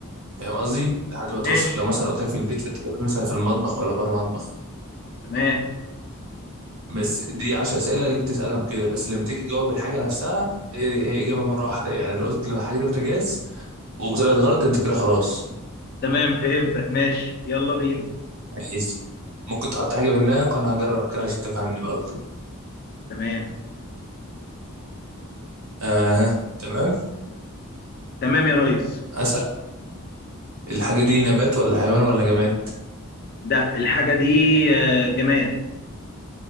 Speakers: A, on the right; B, on the left.
A: فاهم قصدي لحد ما توصل
B: ماشي
A: لو مثلا قلت لك في البيت فانت تقول مثلا في المطبخ ولا بره المطبخ
B: تمام
A: بس دي 10 اسئله ليك تسالهم كده بس لما تيجي تجاوب الحاجه نفسها هي هي اجابه مره واحده يعني لو قلت لو الحاجه دي بوتاجاز وطلعت غلط انت كده خلاص
B: تمام فهمتك ماشي يلا بينا
A: يعني ممكن تحط حاجه في دماغك وانا هجرب كده عشان تفهمني برضه
B: تمام
A: اه تمام
B: تمام يا ريس
A: اسال الحاجه دي نبات ولا حيوان ولا جماد
B: ده الحاجة دي آه، جماد